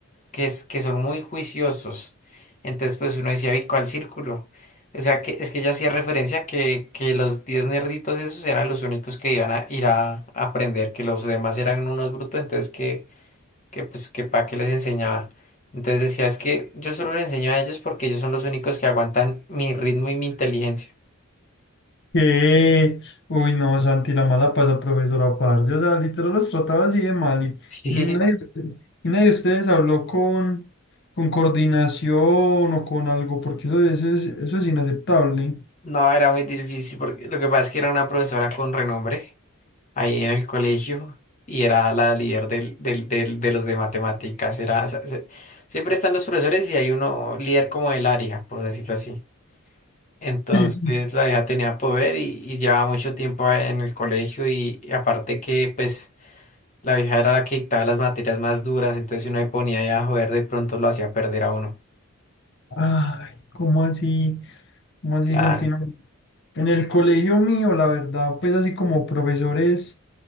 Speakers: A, on the left (about 35°); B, on the left (about 55°).
A: que es que son muy juiciosos. Entonces, pues uno decía, ¿y cuál círculo? O sea, que es que ella hacía referencia que, que los 10 nerditos esos eran los únicos que iban a ir a aprender, que los demás eran unos brutos, entonces que que pues que para qué les enseñaba. Entonces decía, es que yo solo les enseño a ellos porque ellos son los únicos que aguantan mi ritmo y mi inteligencia. <laughs>
B: ¿Qué? Uy, no, Santi, la mala pasa, profesora Parce. O sea, literal los trataba así de mal. Y,
A: Sí,
B: y nadie, y nadie de ustedes habló con, con coordinación o con algo, porque eso, eso es, eso es inaceptable.
A: no, era muy difícil porque lo que pasa es que era una profesora con renombre ahí en el colegio y era la líder del, del, del- de los de matemáticas. Era, o sea, se- siempre están los profesores y hay uno líder como del área, por decirlo así. Entonces
B: Sí.
A: la hija tenía poder y, y llevaba mucho tiempo en el colegio y y aparte que pues... La vieja era la que dictaba las materias más duras, entonces si uno se ponía ahí a joder, de pronto lo hacía perder a uno.
B: Ay, ¿cómo así? ¿Cómo así,
A: Claro.
B: Santino? En el colegio mío, la verdad, pues así como profesores,